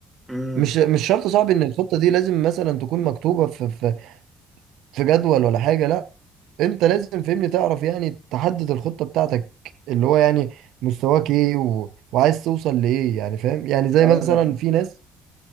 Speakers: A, in the centre; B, on the right.
A: امم
B: مش مش شرط صعب ان الخطة دي لازم مثلا تكون مكتوبة في في في جدول ولا حاجة لا انت لازم فهمني تعرف يعني تحدد الخطة بتاعتك اللي هو يعني مستواك ايه و... وعايز توصل لايه يعني فاهم يعني زي
A: اقول
B: مثلا
A: لك
B: في ناس